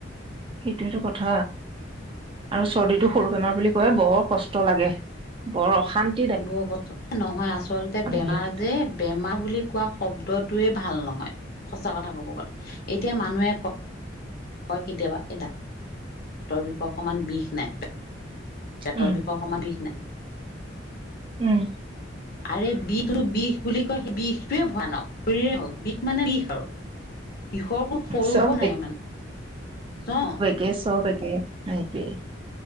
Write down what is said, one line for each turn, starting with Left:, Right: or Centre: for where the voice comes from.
Right: সেইটোয়েটো কথা। আৰু চৰ্দিটো সৰু বেমাৰ বুলি কয় বৰ কষ্ট লাগে, বৰ অশান্ত-
Left: বৰ কষ্ট', নহয় আচলতে বেমাৰ
Right: সেইটো
Left: যে বেমাৰ বুলি কোৱা শব্দটোয়ে ভাল নহয়, সচা কথা কব গ'লে। এতিয়া মানুহে কয় হয় কেতিয়াবা, এই ডাক্তৰৰ বিষয়ে অকণমান বিষ নাই। পেটৰ
Right: উম।
Left: বিষৰ সমান বিষ নাই।
Right: উম',
Left: আৰে বি তো বিষ বুলি কয়, বিষটোৱে ভয়ানক। শৰীৰে হওঁক বিষ মানে বিষ আৰু। বিষৰকো সৰুবৰ
Right: চব
Left: নাই মানে অ
Right: গেছো, তাকেই সেইটোৱেই।